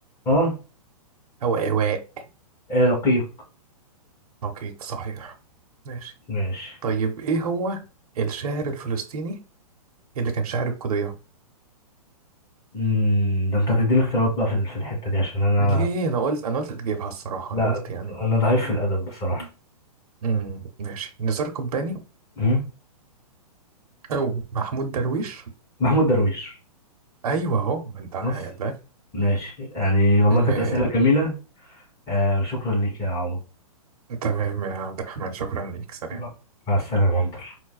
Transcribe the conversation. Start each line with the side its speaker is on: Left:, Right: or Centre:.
Left: اه
Right: أو عواء
Left: ايه رقيق
Right: دقيق صحيح ماشي
Left: ماشي
Right: طيب إيه هو الشاعر الفلسطيني اللي كان شاعر القضية؟
Left: امم ده انت هتديني اختيارات بقى في ال- في الحته دي عشان انا
Right: ليه أنا قلت أنا قلت هتجيبها الصراحة
Left: لا
Right: أنا قلت يعني
Left: انا ضعيف في الادب بصراحه
Right: امم ماشي نزار قباني
Left: مم.
Right: أو محمود درويش
Left: محمود درويش
Right: أيوه أهو ما أنت
Left: بص
Right: يلا
Left: ماشي يعني والله
Right: ماشي
Left: كانت اسئله جميله آه شكرا ليك يا عمر
Right: تمام يا عبد الرحمن شكرا ليك سلام
Left: مع مع السلامه يا عمر.